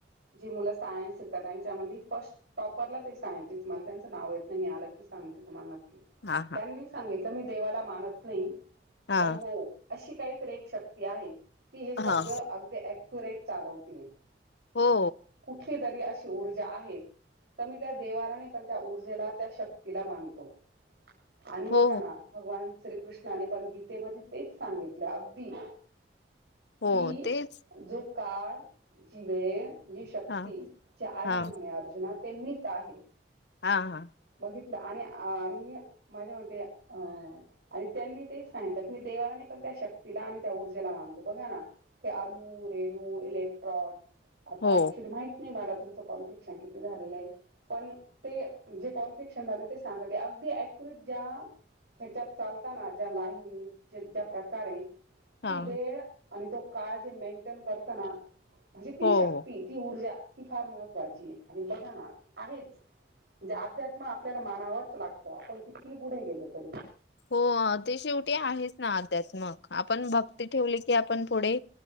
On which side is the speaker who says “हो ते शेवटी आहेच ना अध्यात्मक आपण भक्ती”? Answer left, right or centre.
Left